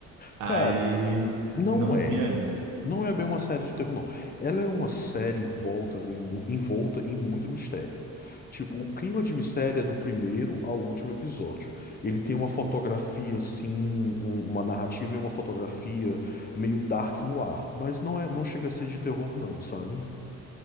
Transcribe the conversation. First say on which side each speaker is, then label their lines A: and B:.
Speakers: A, on the right; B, on the left.
A: Aí
B: Cara, não
A: não
B: é.
A: vi ainda.
B: Não é bem uma série de terror, não. Ela é uma série envolta em, mu- envolta em muito mistério. Tipo, o clima de mistério é do primeiro ao último episódio. Ele tem uma fotografia, assim, um- uma narrativa e uma fotografia meio dark no ar. Mas não é, não chega a ser de terror, não, sabe?